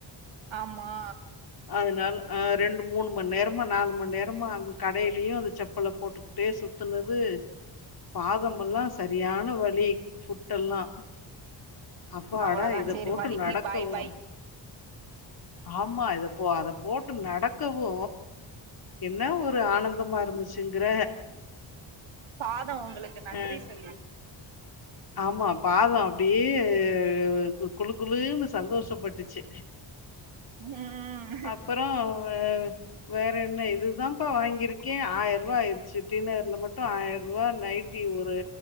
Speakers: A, on the right; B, on the left.
A: ஆமா
B: அதுனால அ ரெண்டு மூணு மண் நேரமா நாலு மண் நேரமா அங்க கடைலியு அந்த செப்பல போட்டுக் கிட்டே சுத்துனது பாதமல்லா சரியான வ லி ஃபுட்டெல்லா அப்பாடா
A: அவ்ளோதா
B: இத
A: சேரி
B: போட்டு
A: வலிக்கு
B: நடக்கவு
A: பாய் பாய்
B: ஆமா இத இப்போ அத போட்டு நடக்கவு என்ன ஒரு ஆனந்தமா இருந்துச்சுங்கிற
A: பாதோ உங்களுக்கு நன்றி
B: ம்
A: சொல்லிருக்
B: ஆமா பாதோ அப்டியே வே வே கு குளுக் குளுன்னு சந்தோஷப்பட்டுச்சு
A: ம்
B: அப்பறோ வேற வேற என்ன இதுதாம்ப்பா வாங்கிருக்கே ஆயர்ருவா ஆயிர்ச்சு டி நகர்ல மட்டு ஆயர்ருவா நைட் டி ஒரு